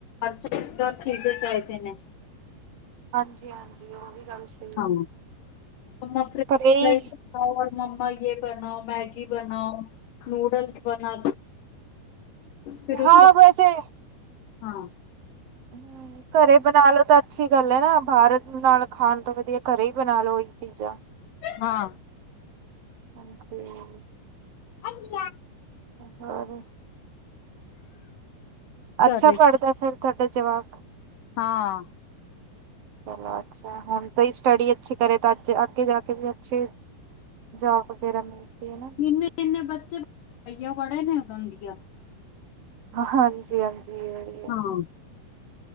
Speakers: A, on the left; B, on the right.
A: ਅਜ ਕਲ ਚੀਜੇ ਚਾਹੀਦੇ ਨੇ।
B: ਹਾਂਜੀ ਹਾਂਜੀ ਉਹ ਵੀ ਗੱਲ ਸੀ
A: ਹਾਂ <unintelligible>
B: ਇਹੀ
A: ਹੋਰ ਮੰਮਾ ਯੇ ਬਣਾਓ, ਮੈਗੀ ਬਣਾਓ, ਨੂਡਲਸ ਬਣਾ ਦੇ ਫਿਰ ਉ
B: ਹਾਂ
A: ਚ
B: ਵੈਸੇ
A: ਹਾਂ
B: ਹੂੰ ਘਰੇ ਬਣਾ ਲੋ ਤਾਂ ਅੱਛੀ ਗੱਲ ਹੈ ਨਾ ਬਾਹਰ ਨਾਲ ਖਾਣ ਤੋਂ ਵਧੀਆ ਘਰੇ ਹੀ ਬਣਾ ਲਓ ਚੀਜ਼ਾਂ
A: ਹਾਂ
B: ਹਾਂਜੀ
A: ਅੱਛਾ
B: ਹੋਰ ਅੱਛਾ
A: ਕਰ ਰਹੇ
B: ਪੜ੍ਹਦਾ ਫਿਰ ਤੁਹਾਡਾ ਜਵਾਕ
A: ਹਾਂ
B: ਚਲੋ ਅੱਛਾ ਹੁਣ ਤੋਂ ਹੀ ਸਟੱਡੀ ਅੱਛੀ ਕਰੇ ਤਾਂ ਅੱਜ ਅੱਗੇ ਜਾ ਕੇ ਵੀ ਅੱਛੀ ਜੋਬ ਵਗੈਰਾ ਮਿਲਦੀ ਹੈ ਨਾ
A: ਕਿੰਨੇ ਕਿੰਨੇ ਬੱਚੇ ਵੜੇ ਨਹੀਂ ਉਡਾਦੀਆ
B: ਹਾਂਜੀ ਹਾਂਜੀ ਉਹੀ ਏ
A: ਹਾਂ